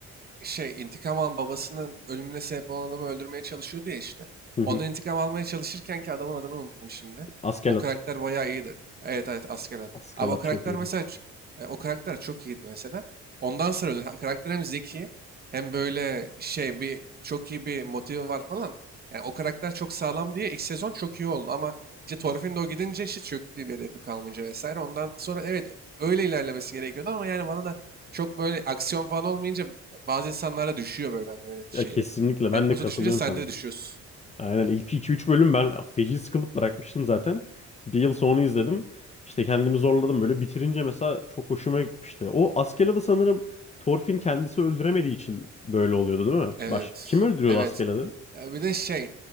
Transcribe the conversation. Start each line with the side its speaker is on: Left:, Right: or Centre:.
Right: şey intikam alan babasının ölümüne sebep olan adamı öldürmeye çalışıyordu ya işte.
Left: Hı hı.
Right: Ondan intikam almaya çalışırken ki adamın adını unuttum şimdi.
Left: Askelat.
Right: O karakter bayağı iyiydi. Evet evet asker Askelat.
Left: Askelat
Right: Abi o karakter
Left: çok iyiydi.
Right: mesela ç- e, o karakter çok iyiydi mesela. Ondan sonra öldü. Ha, Karakter hem zeki hem böyle şey bir çok iyi bir motivi var falan. Yani o karakter çok sağlam diye ilk sezon çok iyi oldu ama işte Thorfinn gidince işte çöktü bir hedefi kalmayınca vesaire. Ondan sonra evet öyle ilerlemesi gerekiyordu ama yani bana da çok böyle aksiyon falan olmayınca bazı insanlarda düşüyor böyle hani böyle şeyi.
Left: Ya kesinlikle ben
Right: Temposu
Left: de katılıyorum
Right: düşünce sen
Left: sana.
Right: de düşüyorsun.
Left: Aynen ilk iki üç bölüm ben feci sıkılıp bırakmıştım zaten. Bir yıl sonra izledim. İşte kendimi zorladım böyle bitirince mesela çok hoşuma gitmişti. O Askeladd'i sanırım Thorfinn kendisi öldüremediği için böyle oluyordu değil mi?
Right: Evet.
Left: Baş kim öldürüyordu
Right: Evet.
Left: Askeladd'i?
Right: Ya bir de şey.